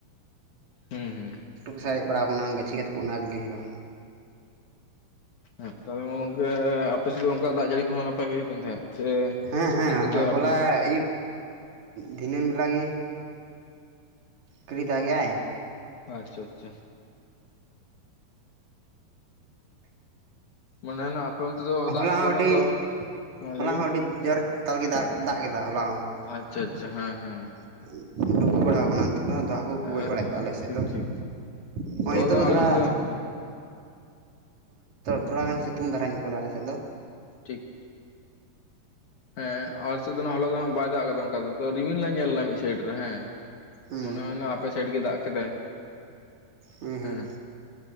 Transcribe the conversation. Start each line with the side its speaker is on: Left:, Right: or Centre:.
Left: ᱦᱩᱸ ᱦᱩᱸ
Right: ᱞᱟᱹᱴᱩ ᱜᱮ ᱥᱟᱨᱮᱡ ᱵᱟᱲᱟᱟᱣ ᱠᱟᱱᱟ ᱜᱟᱹᱪᱷᱤ ᱜᱟᱮᱛ ᱠᱚ ᱚᱱᱟ ᱠᱚᱮ ᱦᱩᱭᱩᱜᱼᱟ᱾
Left: ᱦᱮᱸ ᱛᱟᱦᱚᱞᱮ ᱜᱚᱝᱠᱮ ᱟᱯᱮ ᱥᱮᱫ ᱫᱚ ᱚᱱᱠᱟ ᱫᱟᱜ ᱡᱟᱹᱲᱤ ᱠᱚᱦᱚᱸ ᱱᱟᱯᱟᱭ ᱜᱮ ᱦᱩᱭᱩᱜ ᱠᱟᱱ ᱛᱟᱦᱮᱸᱫ? ᱥᱮ
Right: ᱦᱮᱸ ᱦᱮᱸ
Left: ᱪᱮᱫ ᱠᱚᱛᱮ
Right: ᱦᱚᱞᱟ
Left: ᱟᱯᱮ ᱫᱚ
Right: ᱟᱹᱭᱩᱵ ᱫᱷᱤᱱᱟᱹᱢ ᱞᱟᱝ ᱠᱤ ᱫᱟᱜᱮᱫᱼᱟᱭ
Left: ᱟᱪᱪᱷᱟ ᱟᱪᱪᱷᱟ᱾ ᱢᱟᱱᱮ ᱟᱯᱮ ᱚᱱᱛᱮ ᱫᱚ
Right: ᱦᱚᱞᱟ
Left: ᱫᱟᱜ
Right: ᱦᱚᱸ
Left: ᱠᱚᱨᱮᱱᱟᱜ
Right: ᱟᱹᱰᱤ
Left: ᱫᱚ ᱦᱮᱸ
Right: ᱦᱚᱞᱟ
Left: ᱞᱟᱹᱭ ᱵᱤᱱ
Right: ᱦᱚᱸ ᱟᱹᱰᱤ ᱡᱚᱨ ᱛᱟᱞ ᱜᱮ ᱫᱟᱜ ᱠᱮᱫᱟ ᱦᱚᱞᱟ ᱦᱚᱸ᱾
Left: ᱟᱪᱪᱷᱟ ᱟᱪᱪᱷᱟ ᱦᱮᱸ ᱦᱮᱸ᱾
Right: <unintelligible> ᱵᱟᱲᱟ ᱠᱟᱱᱟ ᱱᱚᱛᱮ ᱫᱚ ᱫᱟᱜ ᱦᱟᱹᱠᱩ ᱠᱚ
Left: ᱦᱮᱸ
Right: ᱜᱚᱡ ᱵᱟᱲᱟᱭᱮᱫ ᱠᱚᱣᱟ ᱟᱞᱮ ᱥᱮᱫ
Left: ᱴᱷᱤᱠ
Right: ᱫᱚ
Left: ᱴᱷᱤᱠ
Right: ᱱᱚᱜᱼᱚᱭ
Left: ᱦᱚᱞᱟ
Right: ᱱᱤᱛᱚᱜ
Left: ᱫᱚ ᱦᱟᱸᱜ
Right: ᱜᱮ
Left: ᱟᱞᱮ
Right: ᱛᱷᱚᱲᱟ
Left: ᱥᱮᱫ ᱫᱚ ᱦᱮᱸ
Right: ᱛᱷᱚᱲᱟ ᱜᱟᱱ ᱥᱤᱛᱩᱝ ᱫᱷᱟᱨᱟ ᱧᱚᱜ ᱠᱟᱫᱟ ᱟᱞᱮᱥᱮᱫ ᱫᱚ
Left: ᱴᱷᱤᱠ ᱦᱮᱸ ᱟᱨᱞ ᱥᱮᱫ ᱫᱚ ᱦᱚᱞᱟ ᱫᱚ ᱦᱟᱸᱜ ᱵᱟᱭ ᱫᱟᱜ ᱠᱟᱫᱟ ᱚᱱᱠᱟ ᱫᱚ ᱨᱤᱢᱤᱞ ᱦᱟᱸᱜ ᱧᱮᱞ ᱞᱮᱱᱟ ᱢᱤᱫ ᱥᱟᱭᱤᱰ ᱨᱮ ᱦᱮᱸ
Right: ᱦᱩᱸ
Left: ᱢᱚᱱᱮ ᱦᱩᱭᱱᱟ ᱟᱯᱮ ᱥᱟᱭᱤᱰ ᱜᱮ ᱫᱟᱜ ᱠᱮᱫᱟᱭ
Right: ᱦᱩᱸ
Left: ᱦᱮᱸ